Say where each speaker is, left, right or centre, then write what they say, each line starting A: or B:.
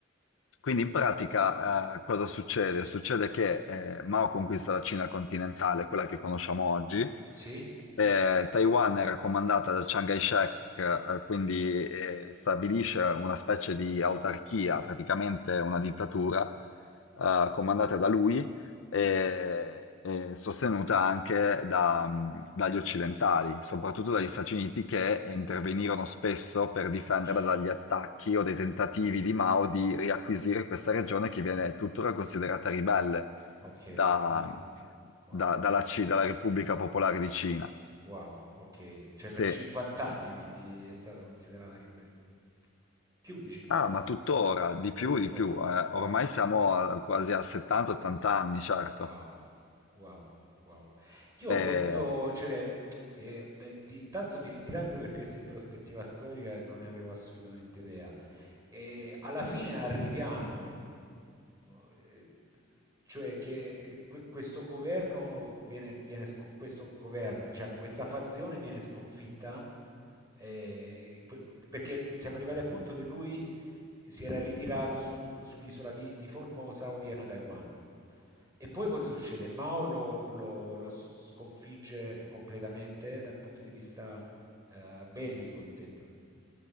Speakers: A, on the left; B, on the right.
A: quindi in pratica, eh, cosa succede? Succede che eh, Mao conquista la Cina continentale, quella che conosciamo oggi.
B: Sì?
A: Eh, Taiwan era comandata da Chiang Kai-shek, eh, quindi eh, stabilisce una specie di autarchia, praticamente una dittatura eh, comandata da lui e, e sostenuta anche da, mh, dagli occidentali, soprattutto dagli Stati Uniti che intervenirono spesso per difenderla
B: Ah, certo.
A: dagli attacchi o dei tentativi di Mao di riacquisire questa regione che viene tuttora considerata ribelle
B: Okay,
A: da-
B: ah, wow.
A: da- dalla, C- dalla Repubblica Popolare di Cina.
B: Wow, ok. Cioè per
A: Sì.
B: 50 anni quindi è stata considerata ribelle. Più di 50
A: Ah, ma
B: anni.
A: tuttora, di
B: È
A: più,
B: tuttora.
A: di più. eh,
B: Wow,
A: Ormai siamo
B: ok.
A: a- quasi a 70-80 anni, certo.
B: Wow, wow, wow. Io
A: Eh,
B: penso, cioè, eh, beh, di- intanto ti ringrazio per questa introspettiva storica, non ne avevo assolutamente idea. E alla fine arriviamo, oh, eh, cioè che que- questo governo viene, viene sco- questo governo, diciamo, questa fazione viene sconfitta eh, que- perché siamo arrivati al punto che lui si era ritirato su- sull'isola di, di Formosa, odierna Taiwan. E poi cosa succede? Mao lo, lo- lo sconfigge completamente dal punto di vista eh, bellico, intendo.